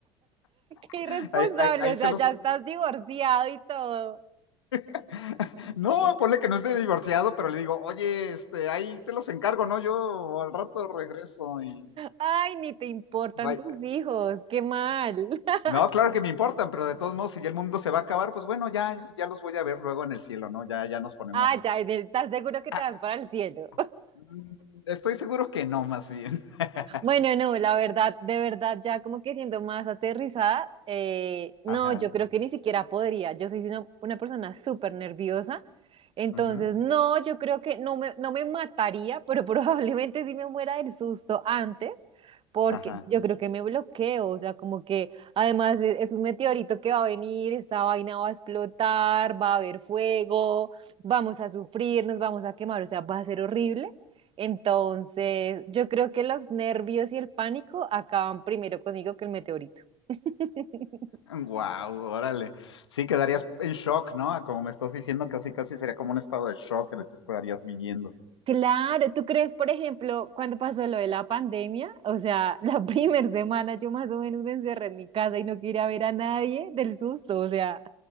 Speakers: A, on the right (about 40°); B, on the left (about 80°).
A: qué
B: <laughs>
A: irresponsable,
B: ahí, ahí- ahí
A: o
B: se
A: sea,
B: los...
A: ya estás divorciado y todo.
B: <laughs> No, ponle que no esté divorciado, pero le digo, oye, este, ahí te los encargo, ¿no? Yo al rato regreso y...
A: Ay, ni te importan
B: bye".
A: tus hijos, qué mal. <laughs>
B: No, claro que me importan, pero de todos modos, si ya el mundo se va a acabar, pues bueno, ya, ya los voy a ver luego en el cielo, ¿no? Ya, ya nos ponemos...
A: Ah, ya, ¿estás seguro que
B: Ah,
A: te vas para el cielo?
B: mm, estoy seguro que no, más bien. <laughs>
A: Bueno, no, la verdad, de verdad, ya como que siendo más aterrizada, eh, no,
B: Ajá.
A: yo creo que ni siquiera podría. Yo soy una, una persona súper nerviosa, entonces
B: ujú,
A: no, yo creo que no me, no me mataría, pero <laughs> probablemente sí me muera del susto antes, porque
B: Ajá.
A: yo creo que me bloqueo, o sea, como que además e- es un meteorito que va a venir, esta vaina va a explotar, va a haber fuego, vamos a sufrir, nos vamos a quemar, o sea, va a ser horrible. Entonces, yo creo que los nervios y el pánico acaban primero conmigo que el meteorito. <laughs>
B: Wow, órale. Sí, quedarías en shock, ¿no? Como me estás diciendo, casi casi sería como un estado de shock en el que te estarías viviendo.
A: Claro, ¿tú crees, por ejemplo, cuando pasó lo de la pandemia? O sea, la <laughs> primera semana yo más o menos me encerré en mi casa y no quería ver a nadie del susto, o sea,